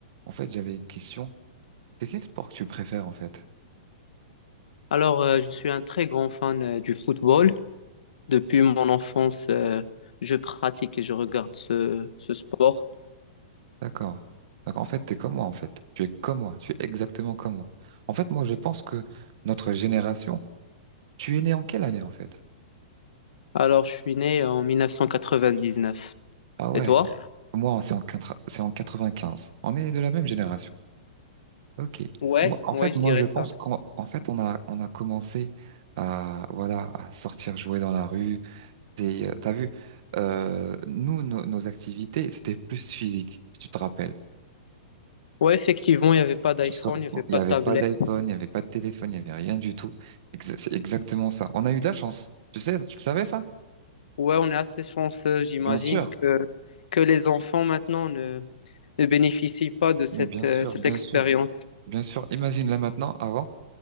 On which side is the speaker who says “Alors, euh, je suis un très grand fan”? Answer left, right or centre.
Left